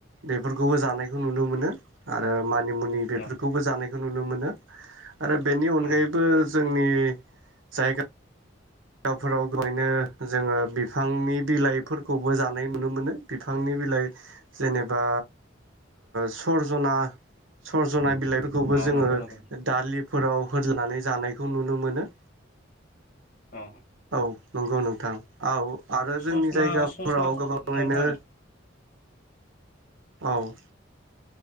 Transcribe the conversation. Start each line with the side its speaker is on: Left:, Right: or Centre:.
Right: बेफोरखौबो जानायखौ नुनो मोनो आरो। मानिमुनि बेफोरखौबो
Left: औ
Right: जानायखौ नुनो मोनो। आरो बेनि अनगायैबो।
Left: औ
Right: जोंनि जायगा जायगाफोराव गोबाङैनो जोङो बिफांनि बिलाइफोरखौबो जानाय नुनो मोनो, बिफांनि बिलाइ जेनेबा सरजना सजना बिलाइ। फोरखौबो
Left: अ
Right: जोङो
Left: नंगौ नंगौ
Right: दालि। फोराव होदनानै जानायखौ नुनो मोनो।
Left: अ
Right: औ नंगौ नोंथां औ आरो
Left: ससना
Right: जोंनि जायगाफोराव
Left: ससना
Right: गोबाङैनो
Left: नोंथां
Right: औ।